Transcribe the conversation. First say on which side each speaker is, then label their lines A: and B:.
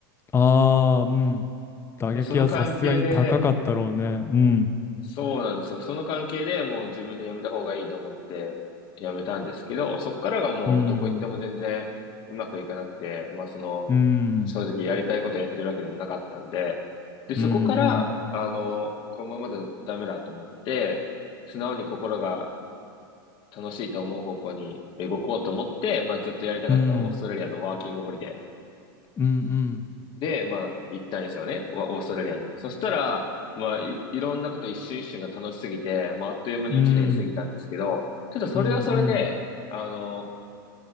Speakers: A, on the left; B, on the left.
A: ああー、うん。打撃はさすがに高かったろうね。
B: で、その関係で、
A: うん。
B: そうなんですよ。その関係でもう自分で辞めた方がいいと思って辞めたんですけど、そっからがもうどこ行っても全然うまくいかなくて、
A: うん。
B: まあその、
A: うん。
B: 正直やりたいことやってるわけでもなかったんで、で、そこから、
A: うん。うん。
B: あの、このままだとダメだと思って、素直に心が楽しいと思う方向に動こうと思って、まあずっとやりたかったオーストラリアのワーキングホリデー
A: うん。うん。
B: で、まあ、行ったんですよね。わオーストラリアに。そしたら、まあ、い、いろんなこと一瞬一瞬が楽しすぎて、まあ、あっという間に一年過ぎたんですけど、
A: うん。うん。
B: ちょっとそれはそれで、
A: うん。
B: あの、